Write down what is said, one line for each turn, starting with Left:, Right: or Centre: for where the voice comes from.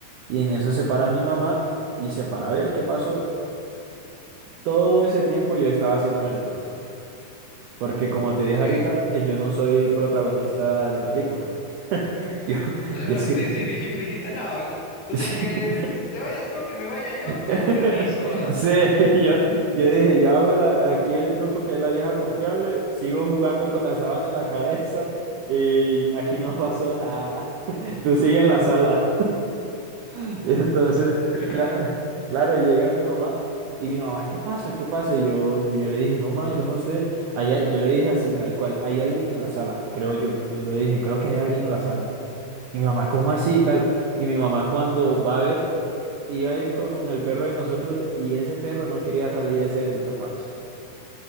Right: Y en eso se para mi mamá y se para a ver qué pasó. Todo ese tiempo yo estaba haciéndome el tonto. Porque como te
Left: Ok.
Right: dije ahorita, eh, yo no soy protagonista de película. <laughs> Yo,
Left: <laughs>
Right: yo sí.
Left: Sí, sí,
Right: <laughs>
Left: dije- dijiste, no, pues
Right: Sí.
Left: de que, de que te vayas tú a que me vaya yo, pues
Right: <laughs>
Left: con permiso, ¿verdad?
Right: Sí, yo, yo dije, yo hago la- aquí el truco que es la vieja confiable, sigo jugando con la sábana en la cabeza y aquí no pasó nada. <laughs> Tú sigue en la sala. <laughs> Y entonces,
Left: <laughs>
Right: cla- <laughs> claro, llega mi mamá y mi mamá, ¿qué pasa? ¿Qué pasa? Y yo, y yo le dije, no, ma, yo no sé. Hay a- yo le dije así, tal cual, hay alguien en la sala, creo yo. Yo le dije, creo que hay alguien en la sala. Y mi mamá, ¿cómo así? y Tal. Y mi mamá, cuando va a ver, iba a ir con el perro de nosotros y ese perro no quería salir de ese bendito cuarto.